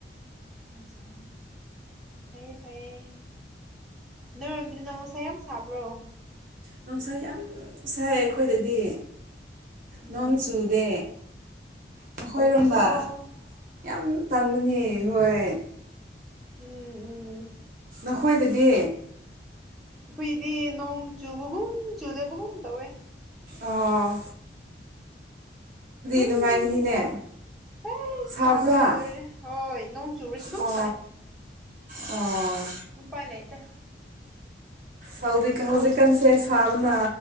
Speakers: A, in the centre; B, on the right.
A: ꯑꯠꯁꯥꯁꯥ ꯐꯩ ꯐꯩ ꯅꯣꯏꯔꯣꯝꯗꯤ ꯅꯨꯡꯁꯥ ꯌꯥꯝ ꯁꯥꯕ꯭ꯔꯣ
B: ꯅꯨꯡꯁꯥ ꯌꯥꯝꯑꯝ ꯁꯥꯏ ꯑꯩꯈꯣꯏꯗꯗꯤ
A: ꯑꯦ
B: ꯅꯣꯡ ꯆꯨꯗꯦ ꯑꯩꯈꯣꯏꯔꯣꯝꯗ
A: ꯇꯜꯂꯦꯀꯣ
B: ꯌꯥꯝ ꯇꯟꯕꯅꯦ ꯍꯣꯏ
A: ꯎꯪ ꯎꯝ
B: ꯑꯈꯣꯏꯗꯗꯤ
A: ꯑꯩꯈꯣꯏꯗꯤ ꯅꯣꯡ ꯆꯨꯕꯒꯨꯝ- ꯆꯨꯗꯕꯒꯨꯝ ꯇꯧꯋꯦ
B: ꯑꯥꯑꯣ
A: ꯎꯝꯗꯨꯝ
B: ꯅꯨꯡꯉꯥꯏꯒꯅꯤꯅꯦ
A: ꯁꯥꯏ ꯑꯩꯁ
B: ꯁꯥꯕ꯭ꯔꯥ
A: ꯁꯥꯕꯅ ꯂꯣꯏꯔꯦ ꯍꯣꯏ ꯅꯣꯡ ꯆꯨꯔꯁꯨ ꯑꯗꯨꯝ
B: ꯑꯣ
A: ꯁꯥꯏ
B: ꯑꯣ ꯑꯣ
A: ꯅꯨꯄꯥꯏꯂꯩꯇꯦ
B: ꯍꯧꯖꯤꯛ ꯍꯧꯖꯤꯛꯀꯥꯟꯁꯦ ꯁꯥꯕꯅ